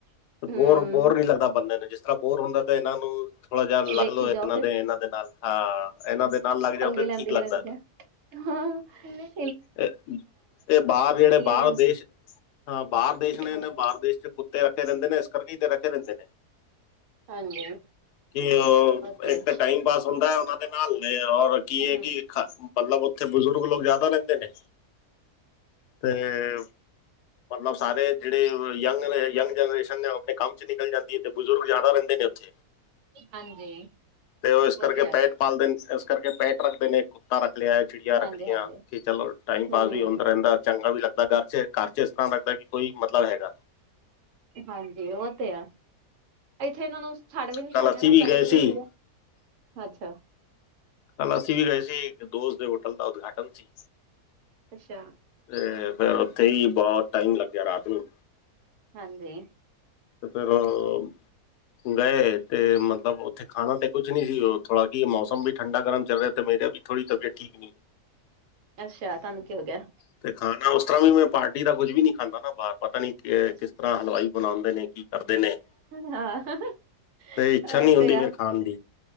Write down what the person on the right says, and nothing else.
ਹੂੰ
ਵੇਖੀ
ਜਾਓ ਫਿਰ
ਪੰਗੇ
ਲੈਂਦੀਆਂ
ਰਹਿੰਦੀਆਂ ਹਾਂ ਕਿਵੇਂ
ਰਹਿੰਦੀਆਂ
ਹਾਂਜੀ।
ਹਾਂਜੀ,
ਤੇ
ਹੈ
ਹੂੰ-ਹੂੰ,
ਹਾਂਜੀ।
ਤੇ ਆ
ਹਾਂਜੀ-ਹਾਂਜੀ।
ਹੂੰ,
ਹਾਂਜੀ ਉਹ ਤੇ ਆ ਇੱਥੇ ਇਹਨਾਂ ਨੂੰ ਛੱਡ ਵੀ ਨੀ
ਸਕਦੇ
ਪਹਿਲੇ
ਤਾਂ ਤੁਸੀਂ
ਲਏ ਅੱਛਾ।
ਅੱਛਾ।
ਹਾਂਜੀ
ਅੱਛਾ ਤੁਹਾਨੂੰ ਕੀ ਹੋ ਗਿਆ।
ਅ
ਹਾਂ
ਉਹ
ਤੇ ਆ।